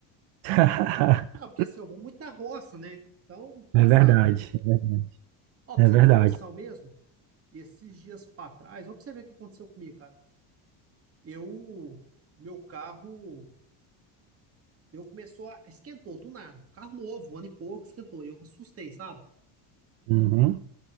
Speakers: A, on the right (about 70°); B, on the right (about 30°).
A: <laughs>
B: Ah, porque assim, eu vou muito na roça, né? Então, já
A: É verdade,
B: sabe, né?
A: é verdade.
B: Ó,
A: É
B: pra você
A: verdade.
B: ter uma noção mesmo, esses dias pra trás, ó, pra você ver o que aconteceu comigo, cara. Eu, meu carro, eu começou a, esquentou do nada. Carro novo, um ano e pouco, esquentou. E eu assustei, sabe?
A: Uhum,